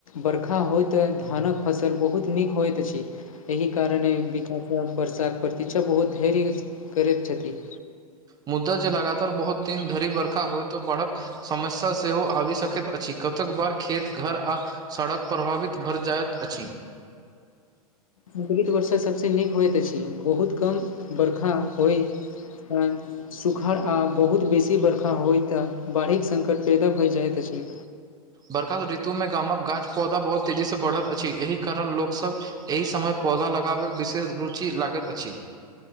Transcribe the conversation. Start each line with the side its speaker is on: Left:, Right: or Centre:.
Left: बरखा होइत धानक फसल बहुत नीक होइत अछि एहि कारणे विकास वर्षाक प्रतीक्षा बहुत धैर्य करैत छथिन
Right: मुद्दा जे लगातार बहुत दिन धरी बर्खा होइ त बाढ़क समस्या सेहो आबि सकैत अछि कतेक बार खेत घर आ सड़क प्रभावित भर जायइत अछि
Left: संकलित वर्षा सबसँ नीक होइत अछि बहुत कम बरखा होइ ऐ सुखाड़ आ बहुत बेसी बरखा होय तऽ बाढ़िक संकट पैदा भऽ जाइत अछि
Right: बरखा ऋतु मे गामक गाछ पौधा बहुत तेजीसँ बढ़त अछि एहि कारण लोक सब एहि समय पौधा लगाबै विशेष रुचि लागैत अछि